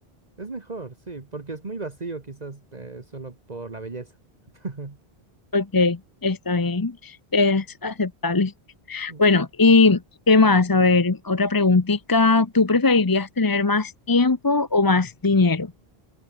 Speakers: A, on the right; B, on the left.
A: es mejor, sí, porque es muy vacío quizás eh, solo por la belleza. <laughs>
B: ok, está bien. Es aceptable.
A: Mm,
B: Bueno, ¿y qué más? A ver, otra preguntita. ¿Tú preferirías tener más tiempo o más dinero?